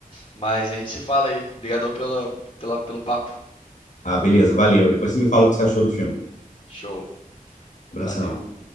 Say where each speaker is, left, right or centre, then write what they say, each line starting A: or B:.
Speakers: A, on the left (about 40°); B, on the left (about 60°).
A: Mas a gente se fala aí. Obrigadão pela, pela, pelo papo.
B: Ah, beleza, valeu. Depois você me fala o que você achou do filme.
A: Show.
B: Abração.
A: Valeu.